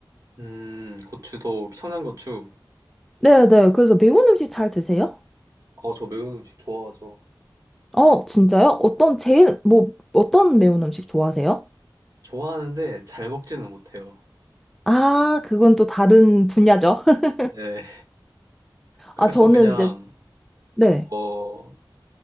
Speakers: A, on the right; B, in the centre.
A: 음, 고추도 청양고추.
B: 네네. 그래서 매운 음식 잘 드세요?
A: 어, 저 매운 음식 좋아하죠.
B: 어, 진짜요? 어떤 제일, 뭐, 어떤 매운 음식 좋아하세요?
A: 좋아하는데 잘 먹지는 못해요.
B: 아, 그건 또 다른 분야죠. <laughs>
A: 예. 그래서
B: 아, 저는
A: 그냥
B: 이제, 네.
A: 어